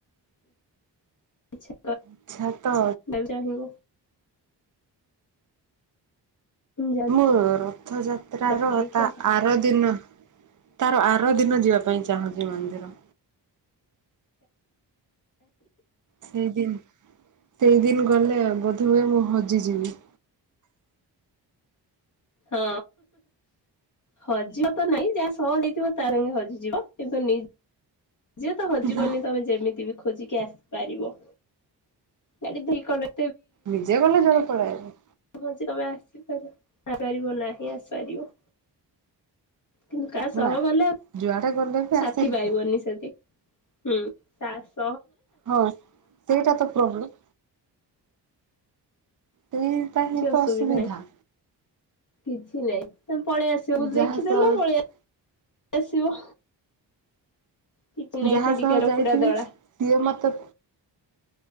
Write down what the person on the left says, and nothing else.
ଇଚ୍ଛା
କର ଚାହିଁବ ଯାଅ ଏଥର
ବୁଲିକି
ଆସ।
ହଁ, ହଜିବ ତ ନାଇଁ ଯାହା ସହ ହେଇଥିବ ତ ସାଙ୍ଗେ ହଜିଯିବ କିନ୍ତୁ ନି ଯେ ତ ହଜିବନି
ତମେ ଯେମିତି ବି ଖୋଜିକି ଆସିପାରିବ ଗାଲି ଦୁ କଲେ
ବେ ଆସିପାର ଆସିପାରିବ ନାହିଁ ଆସିପାରିବ। କିନ୍ତୁ କାହା ସହ
ଗଲେ ଆଉ
ସାଥି
ପାଇବ ନିି ସେଠି। ହୁଁ ଚାଷ
କିଛି
ନାହିଁ କିଛି ନାହିଁ। ତମେ ପଳେଇ ଆସିବ ବ
ଦେଖିଦେଲେ
ପଳେଇ ଆସିବ। କିଛି ନାହିଁ
ସେଠିକା
ରକୁଡା
ଦଳା